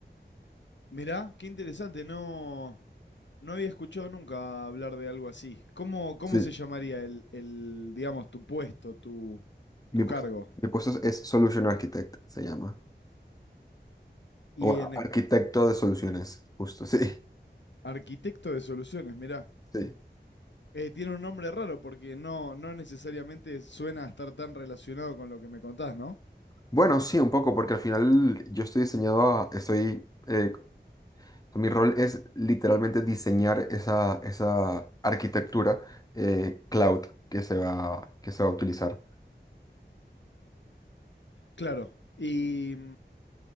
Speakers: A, on the left; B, on the left.
A: Mirá, qué interesante, no, no había escuchado nunca hablar de algo así. ¿Cómo, cómo
B: Sí,
A: se llamaría el, el, digamos, tu puesto, tu,
B: Mi
A: tu
B: puesto,
A: cargo?
B: mi puesto es es Solution Architect, se llama.
A: Y
B: O a-
A: en es-
B: arquitecto de soluciones, justo, <laughs> sí.
A: arquitecto de soluciones, mirá.
B: sí,
A: Eh, tiene un nombre raro porque no, no necesariamente suena a estar tan relacionado con lo que me contás, ¿no?
B: Bueno, sí, un poco, porque al final yo estoy diseñado a- estoy, eh, mi rol es literalmente diseñar esa, esa arquitectura eh, cloud que se va, que se va a utilizar.
A: Claro. Y, mm,